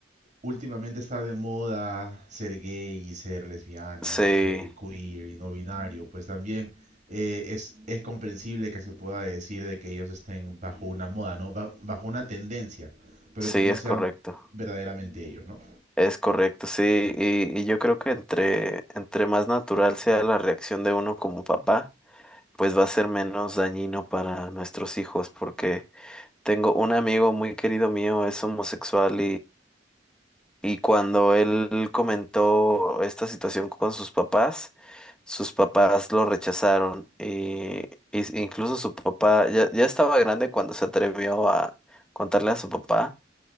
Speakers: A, on the right; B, in the centre.
A: últimamente está de moda ser gay y ser lesbiana
B: Sí,
A: y ser queer y no binario, pues también eh, es, es comprensible que se pueda decir de que ellos estén bajo una moda, ¿no? Ba- bajo una tendencia, pero
B: sí,
A: que no
B: es
A: sean
B: correcto.
A: verdaderamente ellos, ¿no?
B: Es correcto, sí. Y, y yo creo que entre, entre más natural sea la reacción de uno como papá, pues va a ser menos dañino para nuestros hijos, porque tengo un amigo muy querido mío, es homosexual Y cuando él comentó esta situación con sus papás, sus papás lo rechazaron. Y, y- incluso su papá ya, ya estaba grande cuando se atrevió a contarle a su papá.